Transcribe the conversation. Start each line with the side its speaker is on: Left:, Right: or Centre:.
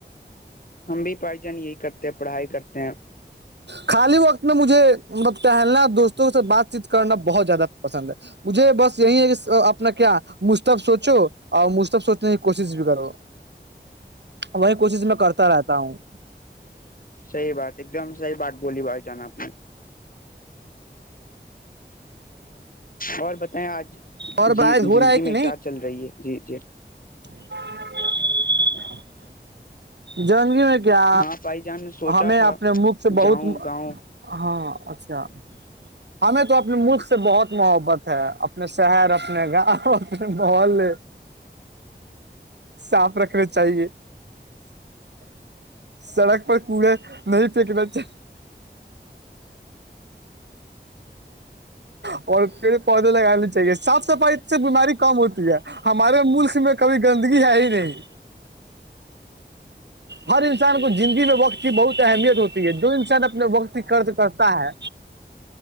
Left: ہم بھی پائی جان یہی کرتے ہیں پڑھائی کرتے ہیں
Right: خالی وقت میں مجھے مطلب ٹہلنا دوستوں سے بات چیت کرنا بہت زیادہ پسند ہے مجھے بس یہی ہے کہ اپنا کیا مشب سوچو اور مستب سوچنے کی کوشش بھی کرو وہی کوشش میں کرتا رہتا ہوں
Left: سی بات ایک دم سی بات بوللی بائی جان آپ نے اور بتائیں آج
Right: اور
Left: جی
Right: بحث ہو
Left: زندگی
Right: رہا ہے کہ
Left: میں کیا چل رہی ہے جی جی
Right: ہاں جندگی میں کیا
Left: ہاں بھائی جان نے سوچا
Right: ہمیں اپنے
Left: تھا
Right: مکھ سے
Left: جاؤں
Right: بہت
Left: گاؤں
Right: ہاں اچھا ہمیں تو اپنے ملک بہت محبت ہے اپنے شہر اپ اپنا گاؤں اپنے ماحول صاف رکھنے چاہیے سڑک پر کوڑے نہیں پھیکنے چاہ اور پڑے پودے لگانے چاہیے صاف صفائی سے بیماری کم ہوتی ہے ہمارے ملک میں کبھی گندگی ہے ہی نہیں ہر انسان کو زندگی میں وقت کی بہت اہمیت ہوتی ہے جو انسان اپنے وقت کی کرتے ستا ہے